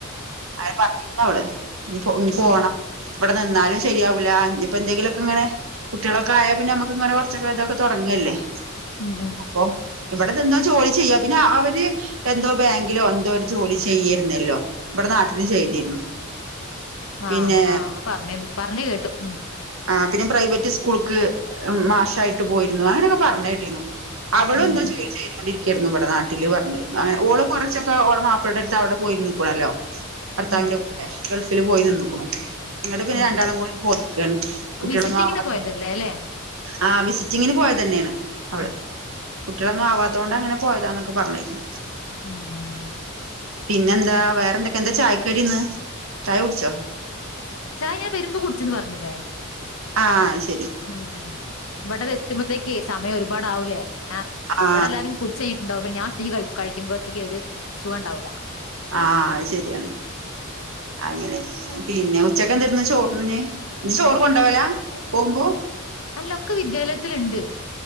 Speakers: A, on the right; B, on the left.
A: ആ പറഞ്ഞണ് ഓള് ഇഞ്
B: ഉം
A: പോണം
B: ഉം
A: ഇവടെ നിന്നാലും ശരിയാവൂല ഇനിയിപ്പന്തെങ്കിലൊക്കെ ഇങ്ങനെ കുട്ടികളൊക്കെ ആയാ പിന്നെ നമക്ക്ങ്ങനെ കുറച്ചൊക്കെതൊക്കെ തുടങ്ങല്ലേ.
B: ഉം
A: അപ്പൊ ഇവിടെ ദേന്താ ജോലി ചെയ്യാ പിന്നെ
B: ഉം
A: അവര് എന്തോ ബാങ്കിലോ എന്തോ ഒരു ജോലി ചെയ്യരുന്നല്ലോ ഇബടെ നാട്ടിലും ചെയ്തിരുന്നു.
B: ആഹ്
A: പിന്നെ
B: ആഹ് പറഞ്ഞത് പറഞ്ഞ് കേട്ടു ഉം
A: ആ പിന്നെ പ്രൈവറ്റ് സ്കൂൾക്ക് മാഷായിട്ട് പോയിരുന്നു അങ്ങനൊക്കെ പറഞ്ഞേട്ടിരുന്നു. അവളും
B: ഉം
A: ന്തോ ജോലി ചെയ്തുകൊണ്ടിരിക്കയിരുന്നു ഇവടെ നാട്ടില്. അങ്ങെ ഓള് കുറേച്ചൊക്കെ ഓള മാപ്പ്ളടെടുത്ത് അവിടെ പോയിര് ന്ന്ക്കണല്ലോ ഭർത്താവിന്റെ
B: ഉം
A: കൂടെ. ഗൾഫില് പോയി നിന്ന്ക്ക്ണു. ങ്ങട്ട് പിന്നെ
B: ഉം
A: രണ്ടാളും കൂടെങ്ങട്ട് പോന്ന്ക്കാണ്
B: ഉം
A: കുട്ടികളൊന്നാവാത്തൊണ്ട്.
B: വിസിറ്റിങ്ങിന് പോയതല്ലേ അല്ലെ
A: ആ വിസിറ്റിങ്ങിന് പോയതന്നെണ് അവള്
B: ഉം
A: കുട്ടികളൊന്നും ആവാത്തൊണ്ടങ്ങനെ പോയതാന്നൊക്കെ പറഞ്ഞിരുന്നു.
B: മ്.
A: പിന്നെന്താ വേറെന്തൊക്കെന്താ ചായക്കടിന്ന് ചായ കുടിച്ചോ?
B: ചായ ഞാൻ വരുമ്പോ കുടിച്ചന്ന് പറഞ്ഞില്ലേ?
A: ആ ശ
B: ഉം ഇവിടത് എത്തുമ്പോത്തേക്ക് സമയം ഒരുപാട ആാവൂലേ
A: ആ
B: ഇവിടെ എല്ലാരും കുടിച്ച് കഴഞ്ഞിട്ടുണ്ടാവ അപ്പൊ ഞാൻ ടി ക കഴിക്കുമ്പോഴത്തേക്ക് ഒരു സുഗം ഉണ്ടാവില്ല
A: ആഹ അത് ശരിയാണ് അങ്ങനെ പിന്നെ ഉച്ചക്കെ എന്തന്ന് ചോറിന് ചോറ് കൊണ്ട പോവലാ പോകുമ്പോ
B: അല്ലൊക്കെ വിദ്യാലയത്തിലുണ്ട്